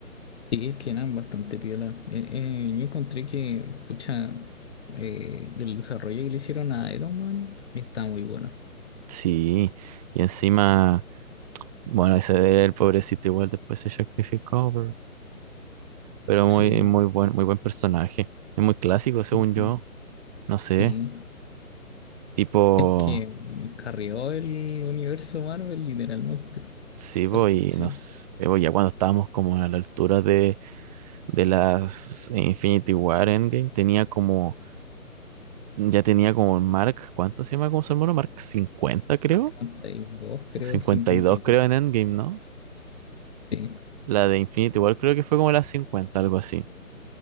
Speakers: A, on the left; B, on the right.
A: Sí, es que eran bastante piola. Eh, eh, yo encontré que, pucha, eh, el desarrollo que le hicieron a Iron Man está muy bueno.
B: Sí, y encima, bueno, ese de él, pobrecito, igual después se sacrificó, pero muy,
A: Sí,
B: muy buen, muy buen personaje. Es muy clásico, según
A: ujú,
B: yo. No sé,
A: sí.
B: tipo,
A: Es que carrió el universo Marvel literalmente.
B: sí, po,
A: Dos-
B: y
A: Sí,
B: nos, eh, po, ya cuando estábamos como a la altura de, de las Infinity War Endgame, tenía como, ya tenía como el Mark, ¿cuánto se llama como su hermano? Mark 50 creo,
A: 52 creo,
B: o 52
A: 52.
B: creo, en Endgame, ¿no?
A: Sí.
B: La de Infinity War creo que fue como la 50 algo así.